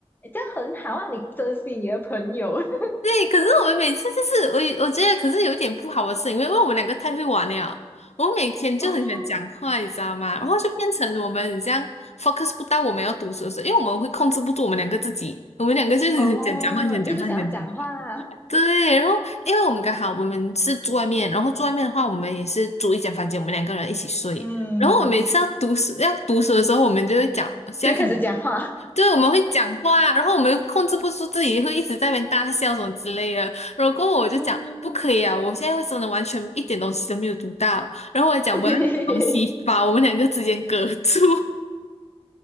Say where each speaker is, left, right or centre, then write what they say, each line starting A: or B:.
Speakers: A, on the left; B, on the left.
A: 这样很好啊，你珍惜你的朋友 <laughs>
B: 对，可是我们每次就是我我觉得，可是有一点不好的是，因为我们两个太会玩了，我们每天就很喜欢讲话，
A: 哦
B: 你知道吗？然后就变成我们这样 focus 不到我们要读书的时候，因为我们会控制不住我们两个自己，我们两个就是很想讲话，
A: 哦，
B: 很想讲话，
A: 一直想要讲话啊，
B: 很想讲话。对，然后因为我们刚好我们是住外面，然后住外面的话，我们也是租一间房间，我们两个人一起睡。
A: <laughs> 嗯。
B: 然后我们每次要读书要读书的时候，我们就会讲，现在肯定
A: 就开始讲话。
B: 对，我们会讲话，然后我们又控制不住自己，会一直在那边大笑什么之类的。然后过后我就讲不可以啊，
A: 哦，
B: 我现在会真的完全一点东西都没有读到。然后我还讲我要拿东西把我们两个之间隔住。
A: <laughs> 对，